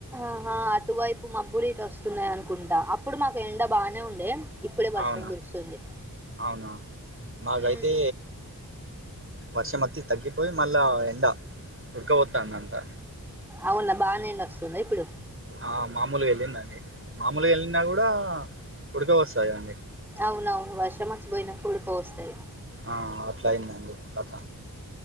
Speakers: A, in the centre; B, on the right (about 35°).
A: ఆహా అటువైపు మబ్బులిటోస్తున్నయనుకుంట అప్పుడు మాకెండ బానే ఉండే ఇప్పుడే వర్షం
B: అవునా
A: కురుస్తుంది
B: అవునా మాకయితే......
A: ఉమ్
B: వర్షమచ్చి తగ్గిపోయి మళ్ళా ఎండా ఉడ్కబొత్తాన్దంతా
A: అవున బానేనిస్తుందా ఇప్పుడు
B: ఆ మామూలుగెళ్ళిందండి. మాములుగెల్లినా కూడా ఉడుకవొస్తదికదండి
A: అవునవును వర్షమచ్చిపోయినంకుడ్కవొస్తది
B: ఆ... అట్లయిందనిచెప్పు కథ